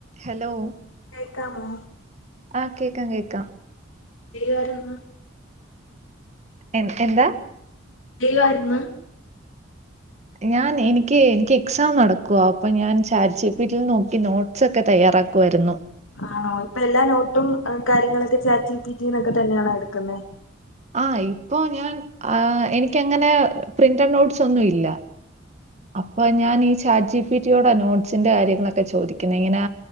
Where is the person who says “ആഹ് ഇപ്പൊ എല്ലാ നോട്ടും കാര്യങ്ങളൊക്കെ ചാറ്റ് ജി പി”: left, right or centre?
Left